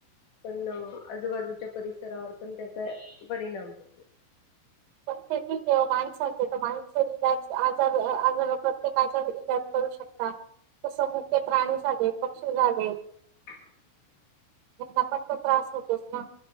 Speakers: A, on the left; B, on the right.
A: पण आजूबाजूच्या परिसरावर पण त्याचा परिणाम होतो
B: पण ते ठीक आहे माणसांचे तर माणस इज आजार आजार प्रत्येका इाज तस मुख्य ताणी झाले पक्षी झाले
A: <unintelligible>
B: त्यांना पण तो त्रास होतोस ना